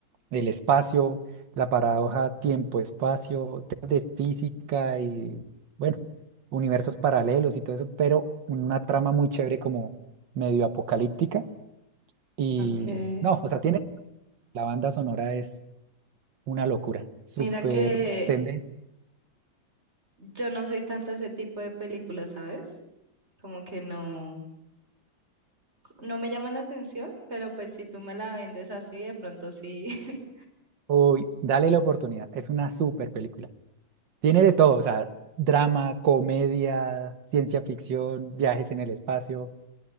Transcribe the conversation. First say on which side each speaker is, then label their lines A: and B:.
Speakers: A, on the right; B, on the right.
A: el espacio, la paradoja tiempo-espacio, temas de física y, bueno, universos paralelos y todo eso, pero una trama muy chévere como medio apocalíptica y,
B: Okay.
A: no, o sea, tiene, la banda sonora es una locura, súper
B: Mira que
A: tendente.
B: yo no soy tanto de ese tipo de películas, ¿sabes? Como que no, no me llaman la atención, pero pues si tú me la vendes así, de pronto sí, <laughs>
A: Uy, dale la oportunidad, es una súper película. Tiene de todo, o sea, drama, comedia, ciencia ficción, viajes en el espacio.